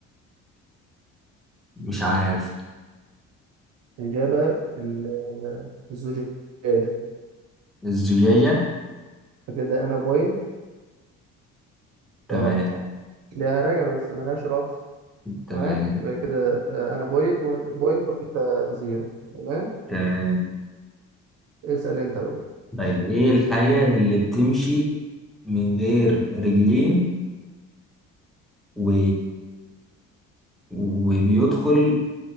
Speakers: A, in the centre; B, on the right.
A: مش عارف
B: إجابة ال- آه، الزجاجة
A: الزجاجة
B: فكده أنا بوينت
A: تمام
B: اه لها رقبة بس ملهاش راس
A: تمام
B: تمام يبقى كده آه، أنا بوينت و... بوينت وأنت زيرو تمام
A: تمام
B: اسأل أنت بقى
A: طيب ايه الحاجة اللي بتمشي من غير رجلين و... وبيدخل